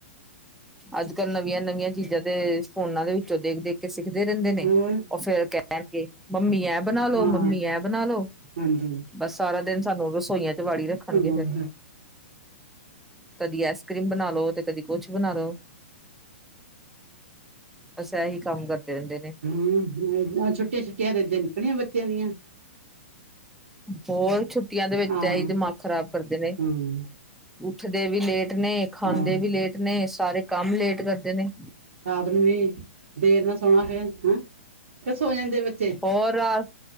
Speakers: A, in the centre; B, on the right.
A: ਅੱਜ-ਕੱਲ ਨਵੀਆਂ ਨਵੀਆਂ ਚੀਜਾਂ ਤੇ ਫੋਨਾਂ ਦੇ ਵਿੱਚੋਂ ਦੇਖ ਦੇਖ ਕੇ ਸਿੱਖਦੇ ਰੇਂਦੇ ਨੇ।
B: ਹੋਰ
A: ਓ ਫੇਰ ਕੈਨਗੇ ਮੰਮੀ ਐ ਬਨਾ ਲੋ,
B: ਹਾਂ
A: ਮੰਮੀ ਐ ਬਨਾ ਲੋ।
B: ਹਾਂਜੀ।
A: ਬਸ ਸਾਰਾ ਦਿਨ ਸਾਨੂੰ ਰਸੋਈਆਂ ਚ ਵਾੜੀ ਰੱਖਨਗੇ
B: ਹਾਂ
A: ਫੇਰ ਕਦੀ ਐ ਕਰੀਮ ਬਨਾ ਲੋ, ਤੇ ਕਦੀ ਕੁਛ ਬਨਾ ਲੋ। ਅਸ ਐਹੀ ਕੰਮ ਕਰਦੇ ਰੇਂਦੇ ਨੇ।
B: ਹੂੰ, ਆ ਛੁੱਟੀਆਂ- ਛੁੱਟੀਆਂ ਦੇ ਦਿਨ ਕਨੇ ਬੱਚੇਆਂ ਦੀਆਂ।
A: ਹੋਰ, ਛੁੱਟੀਆਂ ਦੇ ਵਿੱਚ
B: ਹਾਂ
A: ਤੇ ਐਈ
B: ਹਮ
A: ਦਿਮਾਗ ਖਰਾਬ ਕਰਦੇ ਨੇ।
B: ਹਾਂ
A: ਉੱਠਦੇ ਵੀ ਲੇਟ ਨੇ, ਖਾਂਦੇ
B: ਹਾਂ
A: ਵੀ ਲੇਟ ਨੇ, ਸਾਰੇ ਕੰਮ ਲੇਟ ਕਰਦੇ ਨੇ।
B: ਹੁਨ ਵੀ ਦੇਰ ਨਾਲ ਸੋਣਾ ਫੇ ਹਾ, ਕੇ ਸੋ ਜਾਂਦੇ ਬੱਚੇ।
A: ਹੋਰਾ?